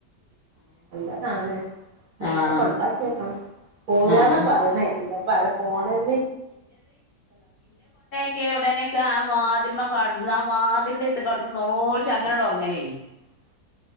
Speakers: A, on the right; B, on the left.
A: നല്ലതാണ്
B: ആഹ്
A: കൊണ്ടാക്ക്യോക്കണം. പോവൂലാന്നാ
B: ആഹ്
A: പറയണേ എന്താപ്പൊ ഫോണിമെ
B: ത്യേ ഉടനെ ഒക്കെ ആഹ് വാതിൽമെ കെടന്ന് ആഹ് വാതിന്റെടുത്ത് കെടന്ന് നെലോളിച്ച് അങ്ങനെങ്ങട്ട് ഒറങ്ങലേനി.
A: <inaudible>